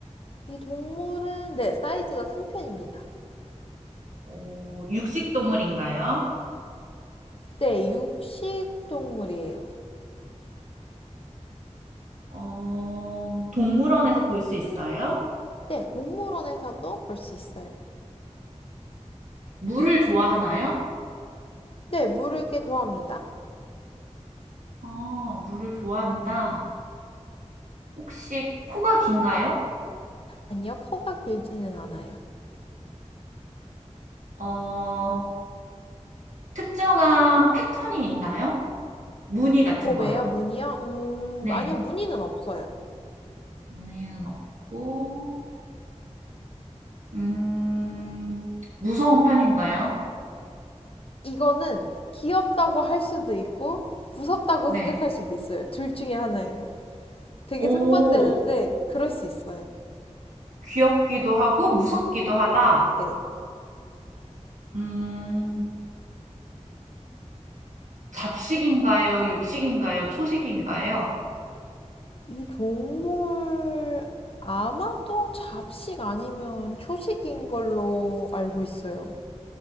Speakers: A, on the left; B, on the right.
A: 이 동물은 네, 사이즈가 큰 편입니다.
B: 어, 육식 동물인가요?
A: 네, 육식 동물이에요.
B: 어, 동물원에서 볼 수 있어요?
A: 네, 동물원에서도 볼 수 있어요.
B: 물을 좋아하나요?
A: 네, 물을 꽤 좋아합니다.
B: 어, 물을 좋아한다. 혹시 코가 긴가요?
A: 아니요, 코가 길지는 않아요.
B: 어, 특정한 패턴이 있나요? 무늬 같은
A: 몸에요?
B: 거요.
A: 무늬요? 음,
B: 네,
A: 아니요, 무늬는 없어요.
B: 무늬는 없고, 음, 무서운 편인가요?
A: 이거는 귀엽다고 할 수도 있고 무섭다고
B: 네.
A: 생각할 수도 있어요. 둘 중에 하나예요. 되게
B: 오,
A: 상반되는데 그럴 수 있어요.
B: 귀엽기도 하고, 무섭기도 하다.
A: 네.
B: 음, 잡식인가요? 육식인가요? 초식인가요?
A: 이 동물 아마도 잡식 아니면 초식인 걸로 알고 있어요.